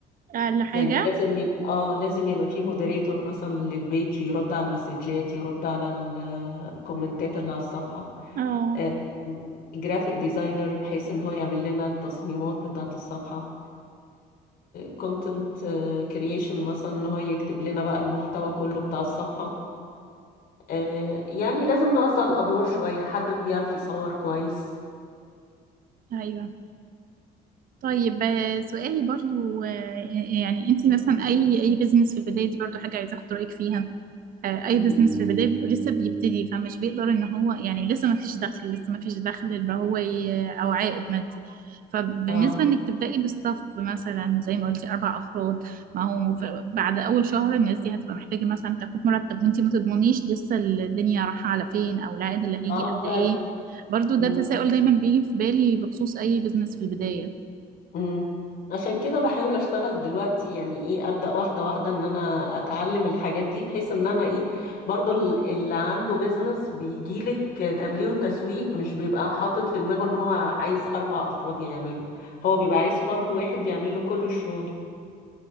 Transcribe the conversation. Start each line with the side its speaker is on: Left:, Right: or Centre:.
Right: اقل حاجة
Left: يعني لازم يبقى اه لازم يبقى في مودريتور مثلا للبيج يرد على المسجات يرد على ال- الكومنتات اللي على الصفحة
Right: اه
Left: آه، جرافيك ديزاينر بحيث ان هو يعمل لنا التصميمات بتاعة الصفحة كونتنت كرييشن مثلا ان هو يكتب لنا بقى المحتوى كله بتاع الصفحة آه يعني لازم نوزع الأدوار شوية حد بيعرف يصور كويس
Right: ايوه طيب آه، سؤالي برضو آه، يعني انتي مثلا اي اي بيزنس في البداية دي برضو حاجة عايزة اخد رأيك فيها آه، اي
Left: مم.
Right: بزنس في البدايه بيبقى لسه بيبتدي فمش بيقدر ان هو يعني لسه ما فيش دخل لسه ما فيش دخل اللي هو ي- او عائد مادي فبالنسبه
Left: اه
Right: انك تبداي بستاف مثلا زي ما قلتي اربع افراد ما هو ف- بعد اول شهر الناس دي هتبقى محتاجه مثلا تاخد مرتب وانت ما تضمنيش لسه الدنيا رايحه على فين او العائد اللي هيجي
Left: اه
Right: قد
Left: فعلا
Right: ايه برضو
Left: مم.
Right: ده تساؤل دايما بيجي في بالي بخصوص اي بزنس في البدايه
Left: مم. عشان كده بحاول اشتغل دلوقتي يعني ايه ابدا واحده واحده ان انا اتعلم الحاجات دي بحيث ان انا ايه برضو ال- اللي عنده بيزنس بيجيلك تمليه وتسويق مش بيبقى حاطط في دماغه ان هو عايز اربع افراد يعمله هو بيبقى عايز فرد واحد يعمل له كل الشغل